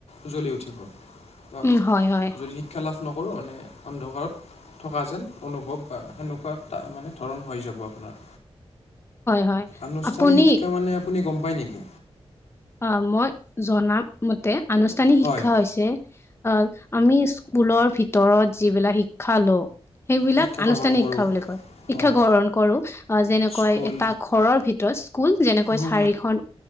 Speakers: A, on the left; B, on the left.
A: উজ্বলি উঠিব। বা
B: উম, হয়, হয়,
A: যদি শিক্ষা লাভ নকৰোঁ মানে অন্ধকাৰত থকা যেন অনুভৱ বা সেনেকুৱা তা মানে ধৰণ হৈ যাব আপোনাৰ।
B: হয়, হয়।
A: আনুষ্ঠানিক
B: আপুনি
A: শিক্ষা মানে আপুনি গম পায় নেকি?
B: অ মই জনা মতে আনুষ্ঠানিক
A: হয়
B: শিক্ষা হৈছে অ আমি স্কুলৰ ভিতৰত যিবিলাক শিক্ষা লওঁ সেইবিলাক
A: শিক্ষা
B: আনুষ্ঠানিক
A: গ্ৰহণ কৰোঁ
B: শিক্ষা বুলি কয়, শিক্ষা
A: হয়
B: গ্ৰহণ কৰো অ যেনেকৈ
A: স্কুল
B: তাক ঘৰৰ ভিতৰত স্কুল যেনেকৈ
A: ৰুম
B: চাৰিখন